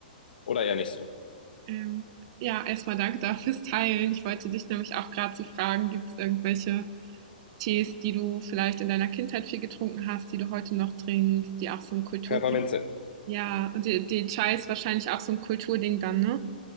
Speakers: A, on the left; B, on the right.
A: oder eher nicht so?
B: Ähm, ja, erstmal danke da fürs Teilen. Ich wollte dich nämlich auch gerade so fragen, gibt's irgendwelche Tees, die du vielleicht in deiner Kindheit viel getrunken hast, die du heute noch trinkst, die auch so ein Kultur
A: Pfefferminze.
B: Ja, und die, die Chai ist wahrscheinlich auch so ein Kulturding dann, ne?